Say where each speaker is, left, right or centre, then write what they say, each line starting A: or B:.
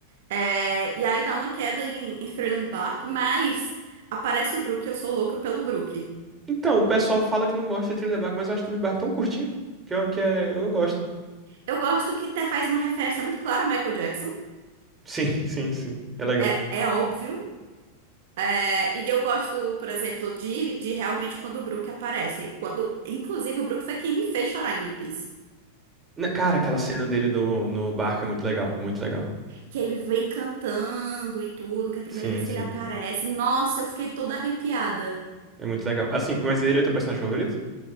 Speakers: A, on the right (about 55°); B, on the right (about 15°).
A: É, e aí dá uma queda em, em Thriller Bark, mas aparece o Brook, eu sou louca pelo Brook.
B: Então, o pessoal fala que não gosta de Thriller Bark, mas eu acho Thriller Bark tão curtinho que eu, que é, eu gosto.
A: Eu gosto que até faz uma referência muito clara a Michael Jackson,
B: Sim, <laughs> sim, sim. É legal.
A: é, é óbvio. É, e eu gosto, por exemplo, de, de realmente quando o Brook aparece. Quando, inclusive, o Brook foi quem me fez chorar em One Piece.
B: Na- Cara, aquela cena dele no, no barco é muito legal, muito legal.
A: que ele vem cantando e tudo, que é a primeira
B: Sim,
A: vez que
B: sim.
A: ele aparece. Nossa, eu fiquei toda arrepiada.
B: É muito legal. Assim, mas ele é teu personagem favorito?